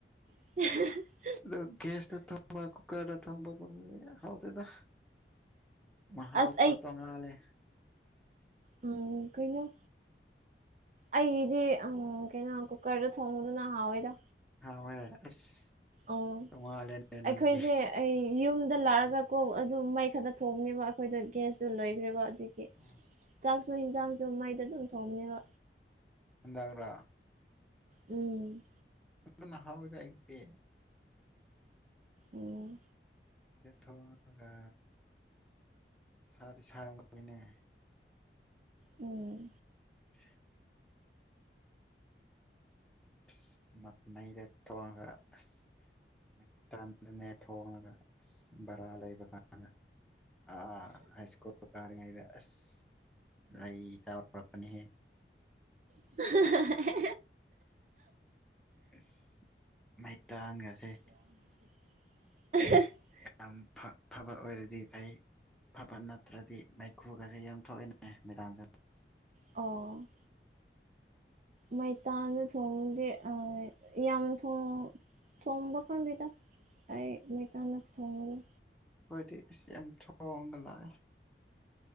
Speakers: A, on the right; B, in the centre.
A: <unintelligible>
B: ꯑꯗꯨ ꯒꯦꯁꯗ ꯊꯣꯡꯕ ꯀꯨꯀꯔꯗ ꯊꯣꯡꯕꯒꯨꯝꯕꯗꯣ ꯌꯥꯝ ꯍꯥꯎꯇꯦꯗ ꯃꯍꯥꯎꯗꯣ
A: ꯑꯁ
B: ꯇꯣꯉꯥꯂꯦ
A: ꯑꯣ ꯀꯩꯅꯣ ꯑꯩꯒꯤꯗꯤ ꯎꯝ ꯀꯩꯅꯣ ꯀꯨꯀꯔꯗ ꯊꯣꯡꯕꯗꯨꯅ ꯍꯥꯎꯋꯦꯗ
B: ꯍꯥꯎꯋꯦ ꯑꯁ
A: ꯑꯣ
B: ꯇꯣꯡꯉꯥꯜꯂꯦꯅꯦ
A: ꯑꯩꯈꯣꯏꯁꯦ
B: ꯅꯪꯒꯤ
A: ꯑꯩ ꯌꯨꯝꯗ ꯂꯥꯛꯑꯒ
B: ꯎꯝ
A: ꯀꯣ ꯑꯗꯨ ꯃꯩ ꯈꯔꯛꯇ ꯊꯣꯡꯅꯦꯕ ꯑꯩꯈꯣꯏꯗꯣ ꯒ꯭ꯌꯥꯁꯇꯨ ꯂꯣꯏꯈ꯭ꯔꯦꯕ ꯑꯗꯨꯒꯤ
B: ꯎꯝ
A: ꯆꯥꯛꯁꯨ ꯏꯟꯁꯥꯡꯁꯨ ꯃꯩꯗ ꯑꯗꯨꯝ ꯊꯣꯡꯉꯦꯕ
B: ꯍꯟꯗꯛꯔꯥ
A: ꯎꯝ
B: ꯑꯗꯨꯅ ꯍꯥꯎꯋꯦꯗ ꯑꯩꯒꯤꯗꯤ
A: ꯑꯣ
B: ꯃꯩꯗ ꯊꯣꯡꯉꯒ ꯁꯥꯗꯤ ꯁꯥꯔꯝꯒꯅꯤꯅꯦ
A: ꯎꯝ
B: <unintelligible> ꯑꯁ ꯃꯩ ꯃꯩꯗ ꯊꯣꯡꯉꯒ ꯑꯁ ꯃꯩꯇꯟꯗꯅꯦ ꯊꯣꯡꯉꯒ ꯑꯁ ꯕꯔꯥ ꯂꯩꯕ ꯀꯥꯟꯗ ꯑ ꯑꯩ ꯁꯀꯨꯜ ꯀꯥꯔꯤꯉꯩꯗ ꯑꯁ ꯑꯩ ꯆꯥꯎꯔꯛꯄꯅꯦꯍꯦ
A: <unintelligible>
B: ꯑꯁ ꯃꯩꯇꯥꯟꯒꯁꯦ
A: <unintelligible>
B: ꯌꯥꯝ ꯐ ꯐꯕ ꯑꯣꯏꯔꯗꯤ ꯐꯩ ꯐꯕ ꯅꯠꯇ꯭ꯔꯗꯤ ꯃꯩꯈꯨꯒꯁꯦ ꯌꯥꯝ ꯊꯣꯛꯣꯑꯦꯅꯦ ꯃꯤꯇꯥꯟꯁꯨ
A: ꯑꯣ ꯃꯩꯇꯥꯟꯗ ꯊꯣꯡꯉꯗꯤ ꯑ ꯌꯥꯝ ꯊꯣꯡ ꯊꯣꯡꯕ ꯈꯪꯗꯦꯗ ꯑꯩ ꯃꯩꯇꯥꯟꯅ ꯊꯣꯡꯉꯔꯣꯏ
B: ꯑꯩꯈꯣꯏꯗꯤ ꯏꯁ ꯌꯥꯝ ꯊꯣꯡꯉꯒ ꯂꯥꯛꯑꯦ